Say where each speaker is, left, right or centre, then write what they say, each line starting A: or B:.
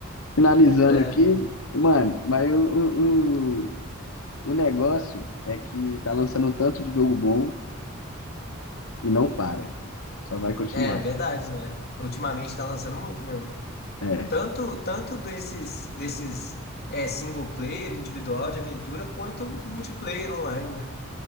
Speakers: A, on the left (about 75°); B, on the left (about 50°).
A: Finalizando
B: É,
A: aqui, mano, mas o, o, o negócio é que tá lançando um tanto de jogo bom e não para. Só vai continuar.
B: é verdade, né? Ultimamente tá lançando muito mesmo.
A: É.
B: Tanto, tanto desses, desses é, single player, individual de aventura, quanto multiplayer online, né?